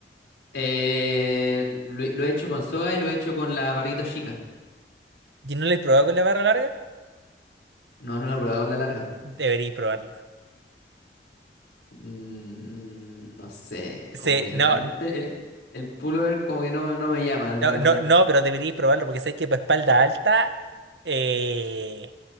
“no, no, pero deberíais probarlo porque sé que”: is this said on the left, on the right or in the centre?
Right